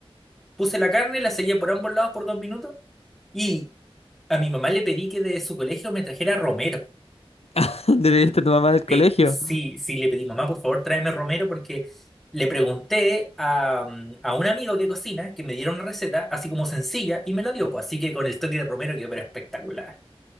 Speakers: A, in the centre; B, on the left.
A: puse la carne, la sellé por ambos lados por dos minutos y a mi mamá le pedí que de su colegio me trajera romero.
B: <laughs> ¿Despediste a tu mamá del colegio?
A: Sí, sí, sí, le pedí, mamá, por favor, tráeme romero porque le pregunté a, mm, a un amigo que cocina que me diera una receta así como sencilla y me la dio, pues así que con el toque de romero quedó pero espectacular.